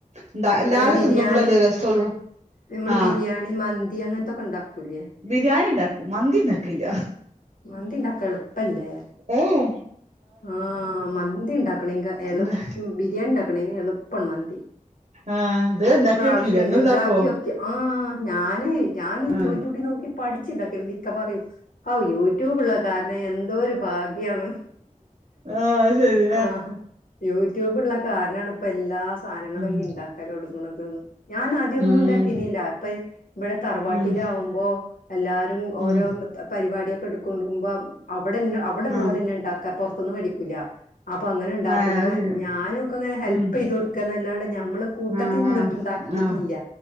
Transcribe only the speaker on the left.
അല്ല ബിരിയാണി
നമ്മള്
ബിരിയാണി മന്തി അങ്ങനത്തൊക്കെ ഉണ്ടാക്കൂലേ
മാന്തിണ്ടാക്കാ എളുപ്പല്ലേ
ആഹ് മന്തി ഇണ്ടാക്കണെയ്ങ്കാ എളു
ബിരിയാണി ഇണ്ടാക്കണെ എളുപ്പാണ് മന്തി
അത്
പ്രാവശ്യം
ഉണ്ടാക്കി
നോക്കി ആ ഞാന് ഞാൻ
യൂട്യൂബിൽ നോക്കി പഠിച്ചുണ്ടാക്കി <unintelligible> പറയൂ ഹൗ യൂട്യൂബുള്ള കാരണം എന്തോരു ഭാഗ്യാണ്
ആഹ് യൂ കാരണം ആണ് ഇപ്പോ എല്ലാ സാധനങ്ങളും
ഇനി ഇണ്ടാക്കല് തൊടങ്ങണത് ഞാൻ ആദ്യം ഒന്നും
ഉണ്ടാക്കിനല്ല ഇപ്പൊ ഇവിടെ തറവാട്ടിലാകുമ്പോ
എല്ലാരും ഓരോന്ന്
പരിപാടിയൊക്കെ എടുക്കൊണ്ടുമ്പോ അവിടെന്നെ അവിടുള്ളോര്
എന്താ ഉണ്ടാക്കുക പൊറത്തൂന്ന് മേടിക്കൂല്ല അത് അങ്ങനെ ഉണ്ടാക്കുമ്പോ
ഞനൊക്കെ ഹെൽപ്
ചെയ്തു കൊടുക്കുകന്നല്ലാണ്ട് ഞമ്മള് കൂട്ടത്തിൽ
നിന്നിട്ടുണ്ടാ
വീട്ടിലില്ല